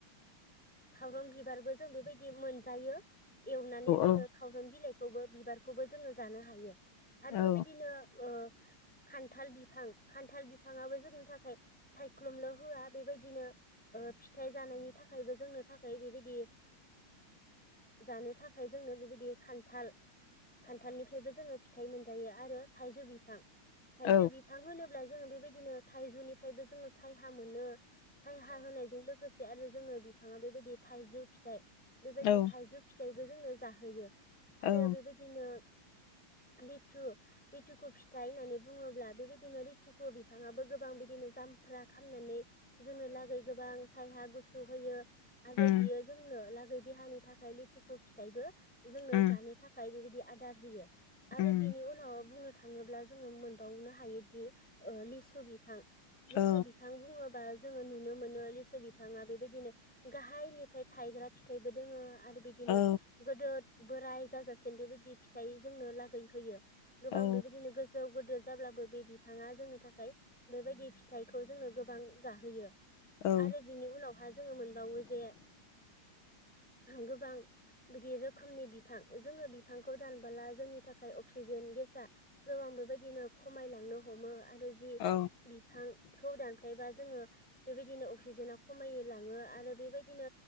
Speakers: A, in the centre; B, on the left.
A: खावरं बि बिबारबो जों बेबायदि मोनजायो। एवनानै जोङो
B: औ
A: खावरं बिलाइ। खौबो बिबारखौबो जोङो जानो हायो। आरो बेबायदिनो।
B: औ
A: खान्थाल बिफां खान्थाल बिफांआबो जोंनि थाखाय सायख्लुमल' होआ बेबायदिनो फिथाइ जानायनि थाखायबो जोंनो थाखाय बेबायदि। यदि जानो थाखाय जोंनो बेबायदि खान्थाल। खान्थालनिफ्रायबो जोङो फ फिथाइ मोनजायो आरो थाइजौ बिफां। थाइजौ
B: औ
A: बिफां होनोब्ला। जोो बेबायदिनो थाइजौनिफ्रायबो जोङो सायायाा मोनो। सायहाा होनायजों लोगोसे आरो जोंनो बिफाङा बेबायदि। थाइजौ फिथाइ बेबायदि
B: औ
A: थाइजौ फिथाइ बेजोंनो जाहोयो आरो
B: औ
A: बेबायदिनो। लिथु लिथुकु फिथाइ होननानै बुङोब्ला बेबायदिनो लिथुखौ बिबाङाव गोबां बिदिनो जामफ्रा खामनानै। जोंनो लागै गोबां सायहा गुसु होयो। आरो
B: उम
A: बियो जोंनो ला देहानि थाखाय लिथुखु फिथाइबो। जोंनो
B: उम
A: जानो थाखाय बेबायदि अर्डार होयो। आरो
B: उम
A: बिनि उनाव बुंनो। थाङोब्ला जोंङो मोनबावनो हायोदि लिसु बिफां लिसु
B: औ
A: बिफां बुङोबा जोंङो नुनो मोनो लिसु बिफाङा बेबायदिनो गाहायनिफ्राय थायग्रा फिथाइबो दोंङो आरो बिदिनो
B: औ
A: गोदो बोराय जाजासिम बेबायदि फिथाइ जोंनो लागै होयो गोबां
B: औ
A: बेबायदिनो गोजौ गोदोर जाब्लाबो बे बिफाङा जोंनो थाखाय बेबायदि फिथाइखौ जोंनो गोबां जाहोयो
B: औ
A: आरो बिनि उनावहा जोंङो मोन बो जे गोबां बिदि रोखोमनि बिफां जोङो बिफांखौ दानबोला जोंनि थाखाय अक्सिजेन गेसा गोबां बेबायदिनो खमायलांनो हमो आरो जि
B: औ
A: बिफांखौ दानफ्लायबा जोंङो बेबायदिनो अक्सिजेनाना खमायनो लाङो आरो बे बायदिनो